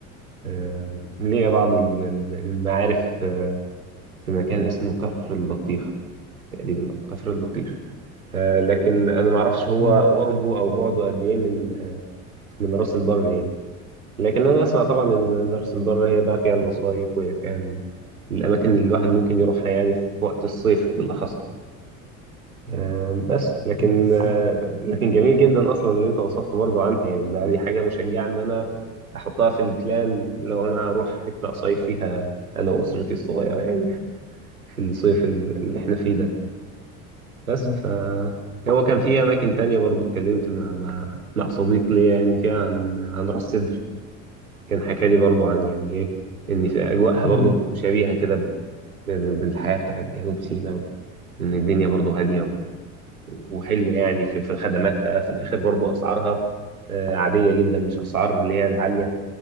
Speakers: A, on the right; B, on the left.
A: آه ليا بعض ال- ال- المعارف آه، في مكان اسمه كفر البطيخ تقريبا أو كفر البطيخ آه لكن أنا ما أعرفش هو
B: مم،
A: قربه أو بعده قد إيه من من راس البر يعني لكن انا اسمع طبعا ان مرسى البر هي بقى فيها المصايف وهي فيها ال- الاماكن اللي الواحد ممكن يروحها يعني في وقت الصيف بالاخص آه، بس لكن
B: بالظبط
A: آه، لكن جميل جدا اصلا اللي انت وصفته برضه عنها يعني ده دي حاجه مشجعه ان انا احطها في البلان لو انا هروح حته اصيف فيها انا واسرتي الصغيره يعني في في الصيف ال- اللي احنا فيه ده بس
B: مم،
A: ف هو كان في اماكن تانية برضه اتكلمت مع مع مع صديق ليا يعني فيها عن عن راس سدر كان حكى لي برضو عن يعني ايه ان في اجواءها
B: مم،
A: برضو شبيهه كده ب- ب- بالحياه بتاعت جنوب سيناء وان الدنيا برضو هاديه و- وحلوه يعني في في خدماتها في الاخر برضو اسعارها آه، عاديه جدا مش اسعار اللي هي العاليه